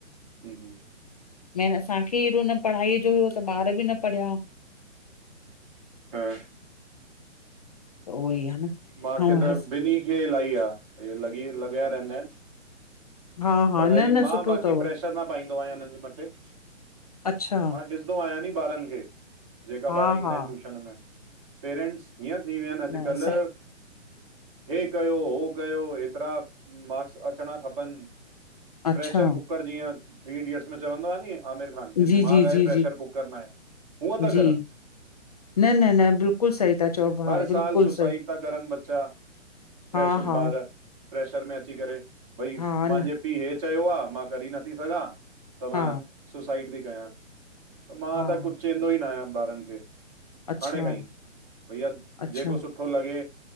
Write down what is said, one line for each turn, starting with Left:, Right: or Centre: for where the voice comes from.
Right: हम्म, हम्म।
Left: मेन असांखे हेॾो न पढ़ाईअ जो हुयो त ॿार बि न पढ़िया।
Right: हा।
Left: त उहो ई आहे न।
Right: मां
Left: ऐं
Right: खे त
Left: हस
Right: ॿिनी खे इलाही आ ई लॻी, लॻिया रहंदा आहिनि।
Left: हा हा
Right: पढ़ाई
Left: न न
Right: मां
Left: सुठो
Right: बाक़ी
Left: अथव
Right: प्रेशर न पाईंदो आहियां हिननि जे मथे। मां
Left: अच्छा
Right: ॾिस आहियां न ॿारनि खे जेका
Left: हा
Right: ॿार ईंदा
Left: हा
Right: आहिनि ट्यूशन में पेरेंट्स हीअं थी विया आहिनि अॼुकल्ह
Left: न स
Right: हे कयो, उहो कयो हेतिरा मार्क्स अचणा खपनि। प्रेशर
Left: अच्छा
Right: कुकर जीअं थ्री इडियट्स में चवंदो आहे नि आमिर खान हे
Left: जी
Right: दिमाग़
Left: जी
Right: आहे
Left: जी
Right: प्रैशर
Left: जी
Right: कुकर न आहे हूंअ था
Left: जी,
Right: करनि।
Left: न न न बिल्कुलु सही था चओ हा
Right: हर
Left: बिल्कुलु
Right: साल सुसाइड
Left: सही,
Right: त कर बच्चा। प्रैशर
Left: हा हा,
Right: ॿार प्रैशर में अची करे भई
Left: हा
Right: मुंहिंजे
Left: न,
Right: पीउ हीअ चयो आ मां करे नथी सघां त
Left: हा
Right: मां सुसाइड थी कयां। त मां
Left: हा,
Right: त कुझु चवंदो ई न आहियां ॿारनि खे।
Left: अच्छा
Right: हाणे खा ई। भैया
Left: अच्छा,
Right: जेको सुठो सुठो लॻे